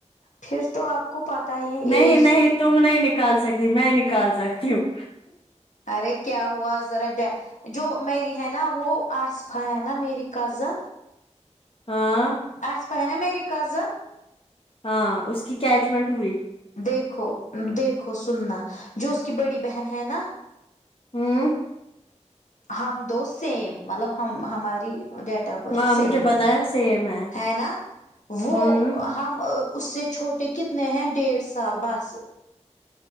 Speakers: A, on the left (about 85°); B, on the left (about 50°).
A: پھر تو آپ کو پتہ ہی ہے
B: نہیں
A: ایج
B: نہیں تم نہیں نکال سکتی میں نکال سکتی ہوں
A: ارے کیا ہوا ذرا ڈے جو میری ہے نا وہ آصفا ہے نا میری کزن
B: ہاں
A: آصفہ ہے نا میری کزن
B: ہاں اس کی کیا کیچمنٹ ہوئی
A: دیکھو دیکھو سننا جو اس کی بڑی بہن ہے نا
B: ہوں
A: ہم دو سیم مطلب ہم ہماری ڈی بر
B: ہاں
A: سیم
B: مجھے پتا
A: ہے
B: سیم
A: ہے نا وہ
B: ہوں
A: ہم اس سے چھوٹے کتنے ہیں ڈیڑھ سال بس